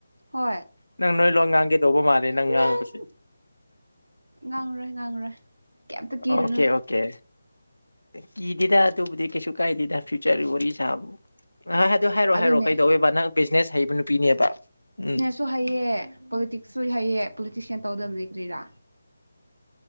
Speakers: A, on the right; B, on the left.
A: ꯍꯣꯏ
B: ꯅꯪ ꯅꯣꯏ ꯂꯣꯏ ꯉꯥꯡꯒꯦ ꯇꯧꯕ ꯃꯥꯜꯂꯦ ꯅꯪ
A: ꯉꯥꯡ
B: ꯉꯥꯡꯕꯁꯦ
A: ꯉꯥꯡꯔꯣꯏ ꯉꯥꯡꯔꯣꯏ ꯀꯩꯝꯇ ꯀꯤꯔꯨꯅꯨ
B: ꯑꯣꯀꯦ ꯑꯣꯀꯦ ꯀꯤꯗꯦꯗ ꯑꯗꯨꯕꯨꯗꯤ ꯀꯩꯁꯨ ꯀꯥꯏꯗꯦꯗ ꯐ꯭ꯌꯨꯆꯔ ꯋꯥꯔꯤ ꯁꯥꯕꯨ ꯑ ꯑꯗꯨꯔꯣꯍꯥꯏꯔꯣ
A: ꯑꯗꯨꯅꯦ
B: ꯀꯩꯗꯧꯋꯦꯕ ꯅꯪ ꯕꯤꯖꯤꯅꯦꯁ ꯍꯩꯕ ꯅꯨꯄꯤꯅꯦꯕ ꯎꯝ
A: ꯁꯨ ꯍꯩꯌꯦ ꯄꯣꯂꯤꯇꯤꯛꯁꯁꯨ ꯍꯩꯌꯦ ꯄꯣꯂꯤꯇꯤꯁꯤꯌꯥꯟ ꯇꯧꯗꯕꯗꯤ ꯀ꯭ꯔꯤꯔꯥ